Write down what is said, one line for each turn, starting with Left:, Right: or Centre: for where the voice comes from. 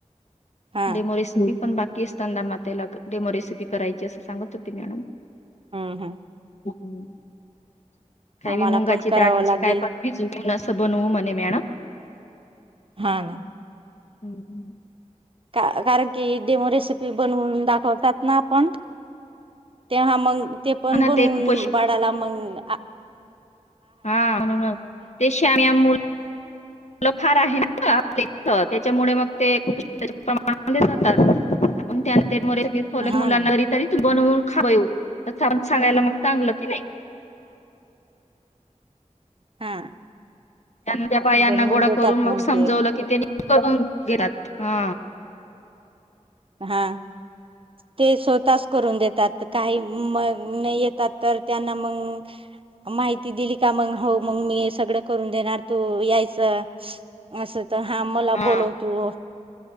Right: हा
Left: डेमो रेसेपी? पण बाकी <unintelligible> मातेला डेमो रेसिपी करायची असं सांगत होती मॅडम.
Right: हम्म हम्म.
Left: <unintelligible> काय
Right: आम्हाला
Left: बी मुंगाची
Right: पण करावं
Left: डाळींची
Right: लागेल
Left: काय पण भिजून घेवूनच. बनवू म्हणे मॅडम.
Right: हा ना.
Left: हम्म हम्म.
Right: का कारण की देम रेसिपी बनवून दाखवतात ना आपण तेव्हा मग- ते पण
Left: हा ना
Right: बनवून
Left: ते खूप
Right: बाळाला मग आ-
Left: हा म्हणून ते श्याना मुल- मूल फार आहे. <unintelligible> त्याच्यामुळे मग- <unintelligible>
Right: हा ना
Left: <unintelligible> बनवून खावां येऊ <unintelligible> सांगायला मग चांगलं की नाही?
Right: हा
Left: त्यां त्या पायांना
Right: बनवून
Left: गोळा
Right: देतात
Left: करून मग समजवलं.
Right: ते
Left: की त्यांनी गात हा
Right: हा ते स्वतःच करून देतात काही मग येतात तर त्यांना मग माहिती दिली का मग हो मग मी सगळं करून देणार तू यायचं अस तर हा मला
Left: हा
Right: बोलवतो.